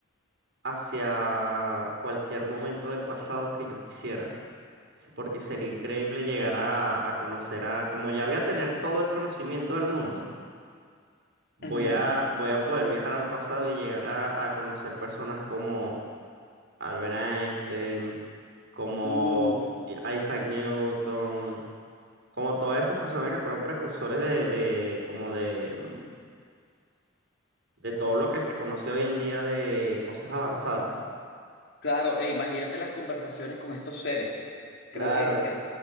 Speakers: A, on the right; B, on the left.
A: hacia cualquier momento del pasado que yo quisiera. Sí, Porque sería increíble llegar a, a conocer a, como ya voy a tener todo el conocimiento del mundo, voy
B: ujú.
A: a, voy a poder viajar al pasado y llegar a, a conocer personas como Albert Einstein, como
B: Uf,
A: Isaac Newton, como todas esas personas que fueron precursores de, de, como de, mm, de todo lo que se conoce hoy en día de cosas avanzadas.
B: claro, e imagínate las conversaciones con estos seres.
A: Claro,
B: Creo que, que-